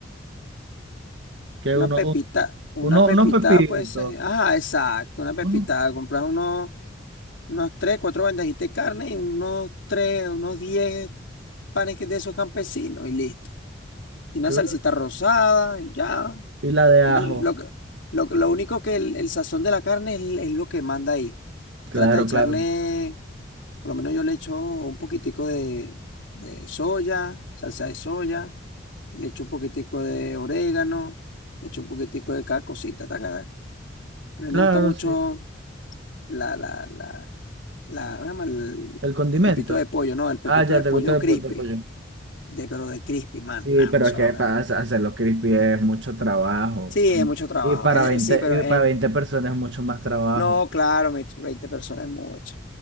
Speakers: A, on the right; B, on the left.
A: que
B: una
A: uno,
B: pepita, una
A: uno,
B: pepita,
A: unos pepitos,
B: pues, eh, ajá, exacto, una pepita.
A: uno,
B: Compras unos, unos tres, cuatro bandejitas de carne y unos tres, unos diez panes que- de esos campesinos y listo. Y una
A: claro,
B: salsita rosada y ya.
A: y la de ajo.
B: Al- Lo, que- lo, que- lo único que el, el sazón de la carne es, es lo que manda ahí.
A: Claro,
B: Trata de echarle
A: claro.
B: Por lo menos yo le echo un poquitico de, de soya, salsa de soya, le echo un poquitico de orégano, le echo un poquitico de cada cosita. taca, taca. A mí
A: Claro,
B: me gusta mucho
A: sí.
B: la, la, la, la, ¿cómo se llama? el,
A: El condimento.
B: el pepito de pollo, ¿no? El pepito
A: Ah, ya,
B: de
A: te
B: pollo
A: gusta de,
B: crispy,
A: po- de pollo.
B: de, pero de crispy, man,
A: Sí,
B: no,
A: pero
B: eso
A: es que
B: es lo mejor
A: para
B: que...
A: hacer-
B: hay.
A: hacerlo crispy es mucho trabajo.
B: Sí,
A: Em,
B: es mucho trabajo,
A: Y para
B: es-
A: veinte
B: es- sí, pero
A: y
B: eh,
A: para veinte
B: eh,
A: personas es mucho más trabajo.
B: no, claro, me- 20 personas es mucho.